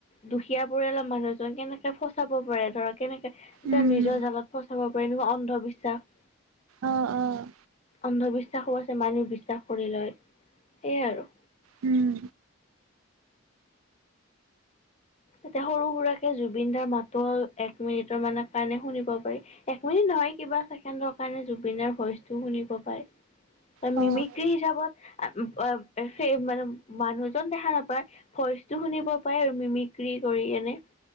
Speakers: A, on the left; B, on the right.
A: দুখীয়া পৰিয়ালৰ মানুহ এজননে কেনেকে ফচাব পাৰে ধৰক কেনেকে,
B: উম।
A: তেওঁ নিজৰ জালত ফ পাৰ নয় অন্ধবিশ্বাস
B: অ', অ',
A: অন্ধ বিশ্ব বিশ্বাসো আছে মানুহ বিশ্বাস কৰি লয়, সেয়াই আৰু।
B: উম।
A: এতিয়া সৰু সুৰাকে জুবিন দাৰ মাতো এক মিনিটৰ মানৰ কাৰণে শুনিব পাৰি, এক মিনিট নহয় কিবা ছেকেণ্ডৰ কাৰণে জুবিন দাৰ ভইচটোও শুনিব পায়। ত
B: অ',
A: মিমিক্ৰি হিচাপত আ মানে মানুহজন দেখা নাপায়, ভইচটো শুনিব পায় আৰু মিমিক ক্ৰী কৰি এনে।